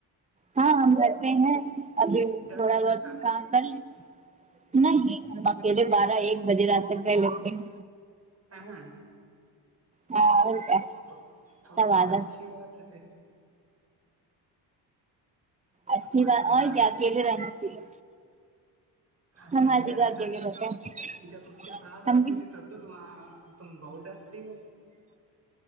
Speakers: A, on the right; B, on the right.
A: ہاں ہم گھر پے ہیں ابھی
B: ڈر
A: تھوڑا
B: نہیں لگتا
A: بہت
B: تم
A: کام
B: کو
A: کر لیتے نہیں ہم اکیلے بارہ ایک بجے رات تک رہ لیتے ہیں
B: <unintelligible>
A: ہاں اور کیا
B: تو تو
A: سب
B: تو
A: عادت
B: اچھی بات ہے پھر تو
A: اچھی
B: تو
A: بات اور کیا
B: ہے
A: اکیلے رہنا چاہیے
B: اکیلے
A: ہم ہر جگہ
B: رہنا
A: اکیلے رہتے ہیں
B: جب اس کے ساتھ
A: ہم
B: آتی تھی تب تو تم آ تم بہت ڈرتی ہو